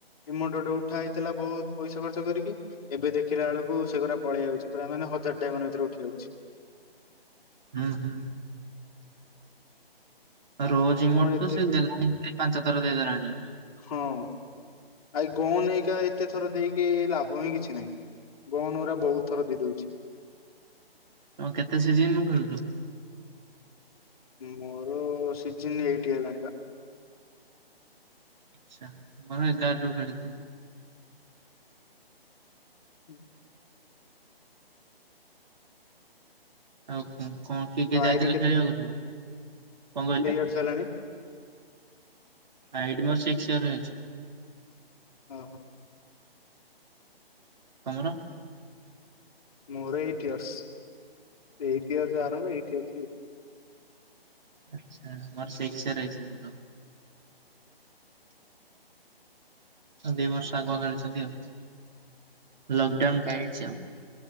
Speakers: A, on the left; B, on the right.
A: ଏମୋଟ ଗୋଟେ ଉଠା ହେଇଥିଲା ବହୁତ ପଇସା ଖର୍ଚ୍ଚ କରିକି ଏବେ ଦେଖିଲା ବେଳକୁ ସେଗୁରା ପଳେଇ ଆଉଛି ପୁରା ମାନେ ହଜାର ଡାଇମନ ଭିତରେ ଉଠି ଯାଉଛି
B: ହୁଁ ହୁଁ ରୋଜ
A: ଆଉ
B: ଇମୋଟ
A: କଣ
B: ତ
A: ଏତେ
B: ସେ ଦେଲାଣି ପାଞ୍ଚ ଥର ଦେଇ ଦେଲାଣି
A: ହଁ ଆାଇ ଗହ ହେଇକା ଏତେ ଥର ଦେଇକି ଲାଭ ହିଁ କିଛି ନାହିଁ ଗହ ଗୁରା ବହୁତ ଥର ଦେଇ ଦଉଛି
B: ତମ କେତେ ସିଜିିନୁ ରୁ ଖେଳୁଛ
A: ମୋର ସିଜିନ୍ ଏଇଟ୍ ହେଲାଣି ବା
B: ଆଛା ମର ଏଗାର ରୁ ଖେଳିଥିଲି
A: ହୁଁ
B: ଆଉ କଣ କିଏ
A: ତ
B: କିଏ ଯାଇଥିଲେ
A: ଆଇଡି
B: ଖେଳିବାକୁ ସବୁ କଣ କହିଲେ
A: କରିସାରିଲଣି
B: ଆଇଡି ମୋର ରସିକ୍ସ ୟାର ହେଇଛି
A: ଓହୋ
B: ତମର
A: ମୋର ଏଇଟ ଇୟର୍ସ ଏଇଟ ଇୟର୍ସ ରୁ ଆରମ୍ଭ ଏଇଟ୍
B: ଆଚ୍ଛା ମୋର ସିକ୍ସ ୟାର ହେଇଛି ସବୁ ତ ହ ଦି ବର୍ଷ ଆଗୁଆ କରିଛନ୍ତି ଆଉ ଲକଡାଉନ କାଇଟ୍ସ୍ ଆଉ